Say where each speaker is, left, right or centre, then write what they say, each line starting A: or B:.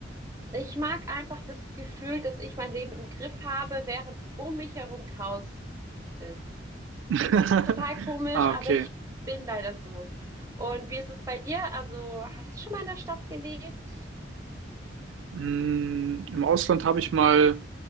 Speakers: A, on the right; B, on the right.
A: Ich mag einfach das Gefühl, dass ich mein Leben im Griff habe, während um mich herum Chaos ist.
B: <laughs>
A: Es ist total komisch,
B: Ah,
A: aber
B: okay.
A: ich bin leider so. Und wie ist es bei dir? Also, hast du schon mal in der Stadt gelebt?
B: Mm, Im Ausland habe ich mal